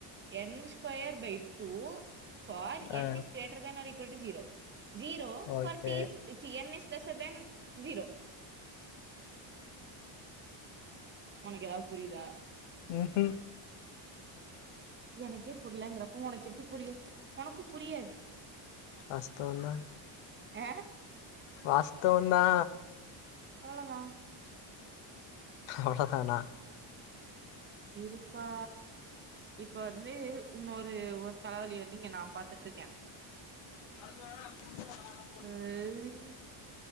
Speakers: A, on the right (about 25°); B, on the left (about 75°).
A: N square by two for n
B: ஆ
A: is greater than or equal to zero zero
B: okay
A: for teas C n is தசர்தன் zero ஒனக்கு எதாது புரிதா
B: ஒனக்கு
A: எனக்கே புரிலங்கறப்ப ஒனக்கு எப்டி புரியு ஒனக்கு புரியாது
B: அஸ்தோ அல்லா
A: ஆ
B: வாஸ்த்து அல்லா
A: அவ்ளதா
B: அவ்ளதானா
A: இருப்பா இப்ப வந்து இன்னொரு ஒரு தலவலி வந்து இங்க நா பாத்திட்ருக்கே
B: நத <unintelligible>
A: ம்